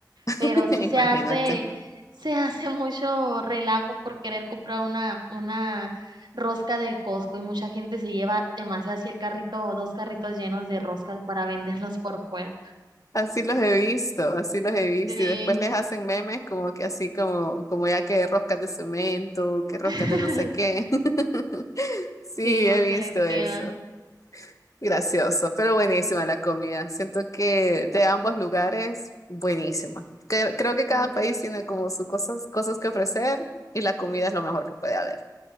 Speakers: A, on the left; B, on the right.
A: <laughs>
B: pero sí
A: Imagínate.
B: se hace, se hace <laughs> mucho relajo por querer comprar una, una rosca del Costco y mucha gente se lleva demasiado así el carrito o dos carritos llenos de roscas para venderlos por fuera.
A: Así los he visto, así los he visto.
B: Sí,
A: Y después les hacen memes como que así como, como ya que roscas de cemento, que roscas
B: <laughs>
A: de no sé qué. <laughs> Sí,
B: sí, porque
A: he visto
B: les
A: eso.
B: quedan.
A: Gracioso, pero buenísima la comida. Siento que de ambos lugares, buenísima. Cre- creo que cada
B: Sí,
A: país tiene como sus cosas, cosas que ofrecer y la comida es lo mejor que puede haber.